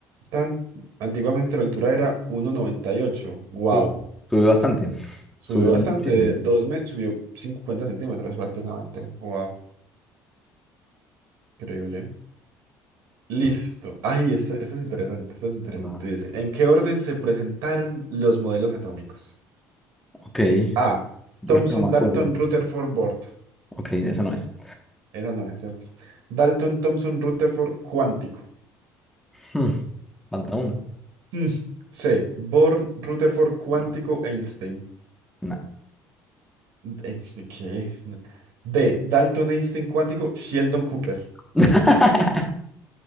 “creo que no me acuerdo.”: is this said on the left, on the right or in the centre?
Centre